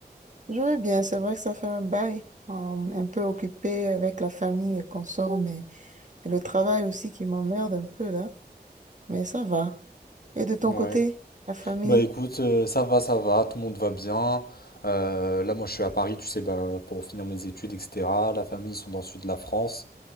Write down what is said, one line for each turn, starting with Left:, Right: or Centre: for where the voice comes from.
Right: Je vais bien, c'est vrai que ça fait un bail, euh, un peu occupé avec la famille et qu'on sort, mais et le travail aussi qui m'emmerde un peu là, mais ça va. Et de ton
Left: Ouais.
Right: côté, la famille,
Left: Bah écoute, euh, ça va, ça va, tout le monde va bien. Euh, là, moi, je suis à Paris, tu sais, bah, pour finir mes études, etc. La famille, ils sont dans le sud de la France.